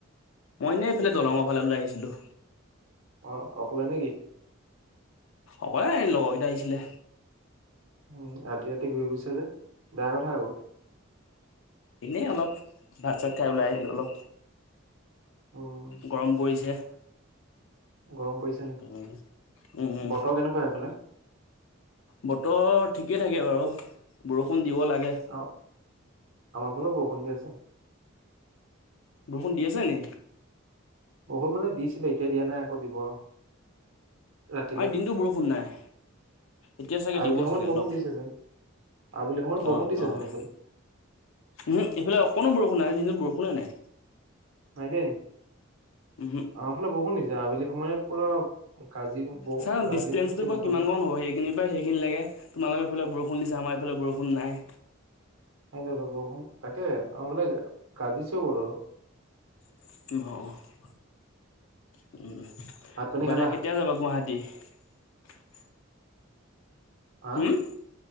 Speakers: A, on the left; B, on the right.
A: মই এনে, এইফালে দলঙৰ ফালে ওলাই আহিছিলোঁ।
B: অ'! অকলে নেকি?
A: অকলে, লগৰ কেইটা আহিছিলে।
B: উম! ৰাতি, ৰাতি ঘূৰি ফুৰিছা যে বেয়া কথা আকৌ।
A: এনেই অলপ, ভাত চাত খাই ওলাই আহিলোঁ অলপ।
B: উম,
A: গৰম পৰিছে।
B: গৰম পৰিছে নি?
A: উম! উম! উম!
B: বতৰ কেনেকুৱা সেইফালে?
A: বতৰ ঠিকে থাকে বাৰু বৰষুণ দিব লাগে।
B: অ' আমাৰ ফালেও বৰষুণ দি আছে।
A: বৰষুণ দি আছে নি?
B: বৰষুণ মানে, দিছিলে এতিয়া দিয়া নাই আকৌ দিব। ৰাতিলে।
A: আজি দিনটো বৰষুণ নাই। এতিয়া চাগে
B: আবেলি
A: দিব
B: সময়ত
A: চাগে
B: বৰষুণ
A: অলপ।
B: দিছে যেন। আবেলি সময়ত বৰষুণ
A: অ'!
B: দিছে
A: অ'!
B: চোন এইফালে।
A: ওহোঁ এইফালে অকণো বৰষুণ নাই, আজিৰ দিনটোত বৰষুণে নাই।
B: নাই দিয়া নি?
A: উহু
B: আমাৰ ফালে বৰষুণ দিছে আবেলি সময়ত পুৰা গাজি ব
A: চাও
B: গাজিছে
A: ডিষ্টেঞ্চটো বাৰু
B: বতৰো
A: কিমানমান হ'ব। সেইখিনিৰ পৰা সেইখিনিলেকে। তোমালোকৰ সেইফালে বৰষুণ দিছে। আমাৰ এইফালে বৰষুণ নাই।
B: সেইটোৱে ত' বৰষুণ তাকে, আমাৰ ফালে গাজিছে বতৰটো।
A: <unintelligible> উম! তাৰাপা এতিয়া, কেতিয়া
B: ভাত পানী খালা
A: যাবা গুৱাহাটী? <unintelligible>
B: হা!
A: হুম